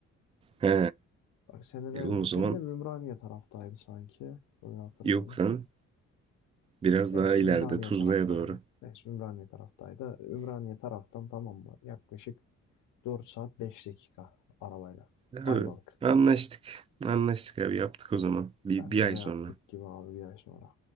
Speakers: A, on the right (about 20°); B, on the left (about 80°).
A: He.
B: Bak senin ev,
A: E, o
B: senin
A: zaman
B: ev Ümraniye taraftaydı sanki. Öyle hatırlıyorum.
A: yok lan. Biraz
B: Neyse
A: daha ileride
B: Ümraniye
A: Tuzla'ya
B: taraftaydı.
A: doğru.
B: Neyse Ümraniye taraftaydı. Ümraniye taraftan tamam mı? Yaklaşık 4 saat 5 dakika arabayla.
A: Abi,
B: Ayvalık.
A: anlaştık. Anlaştık abi yaptık o zaman. Bir,
B: Bence
A: bir ay
B: de yaptık
A: sonra.
B: gibi abi bir ay sonra.